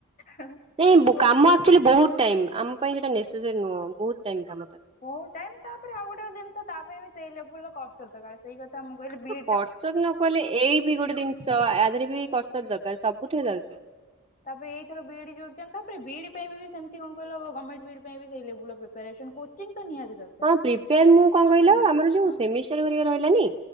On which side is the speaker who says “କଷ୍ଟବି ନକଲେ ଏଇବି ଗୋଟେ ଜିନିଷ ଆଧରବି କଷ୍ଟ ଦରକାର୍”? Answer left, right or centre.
Right